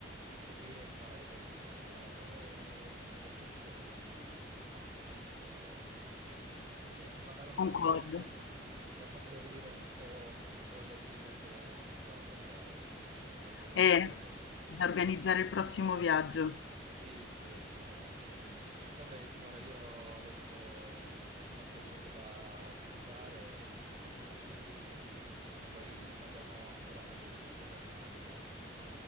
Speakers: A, on the right (about 35°); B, on the left (about 70°).
A: scoprire e imparare qualcosa di nuovo e sono cose che proprio ti, ti rimangono nel cuore, ecco. E, e niente, parlare un
B: concordo.
A: po' di questo <laughs> mi ha fatto venire un po' voglia di riprendere subito a viaggiare, ma comunque...
B: Eh, da organizzare il prossimo viaggio.
A: Sì, sì, assolutamente. Va bene, Simona, io adesso ho un sacco di cose da sbrigare, quindi ecco, poi riparliamo ancora meglio di questo tema dei viaggi.